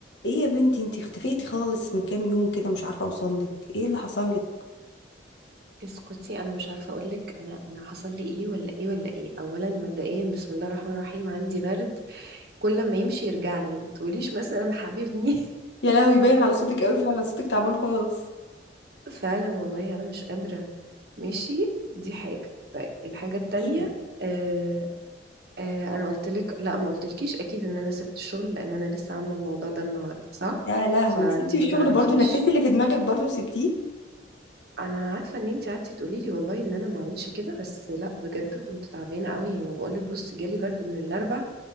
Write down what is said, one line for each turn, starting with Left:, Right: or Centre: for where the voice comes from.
Left: ايه يا بنتي انتي اختفيتي خالص من كام يوم كده مش عارفه اوصل لك ايه اللي حصل لك
Right: اسكتي انا مش عارفه اقول لك انا انا حصل لي ايه ولا ايه ولا ايه اولا مبدئيا بسم الله الرحمن الرحيم عندي برد كل ما يمشي يرجع لي ما تقوليش مثلا حبيبني <laughs>
Left: يا لهوي باين على صوتك قوي فعلا صوتك تعبان خالص
Right: فعلا والله انا مش قادره ماشي دي حاجه طيب الحاجه التانية
Left: ايه
Right: آه آه انا قلت لك لا ما قلتلكيش اكيد ان انا سبت الشغل لان انا لسه عامله الموضوع ده النهارده صح
Left: يا لهوي
Right: فانتي
Left: سبتي الشغل
Right: ما تعرفيش
Left: برضو نفذتي اللي في دماغك برضو وسبتيه
Right: انا عارفه ان انتي قعدتي تقولي لي والله ان انا ما اعملش كده بس لا بجد كنت تعبانه قوي ما بقولك بص جالي برد من الاربع